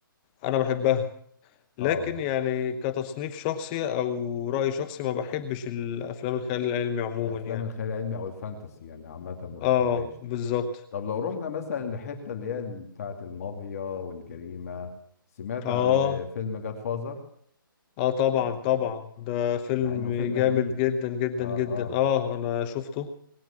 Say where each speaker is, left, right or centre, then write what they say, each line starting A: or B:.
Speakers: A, on the left; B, on the left.
A: انا بحبها لكن
B: اه
A: يعني كتصنيف شخصي او رأي شخصي ما بحبش الافلام الخيال العلمي عموما
B: افلام
A: يعني
B: الخيال العلمي او الفانتسي يعني عامة ما
A: اه
B: بتحبهاش
A: بالظبط
B: طب لو رحنا مثلا لحتة اللي هي بتاعة المافيا والجريمة سمعت
A: اه
B: عن آه، فيلم جاد فازر
A: اه طبعا طبعا ده فيلم
B: مع انه فيلم
A: جامد
B: قديم
A: جدا جدا
B: اه اه
A: جدا اه انا شفته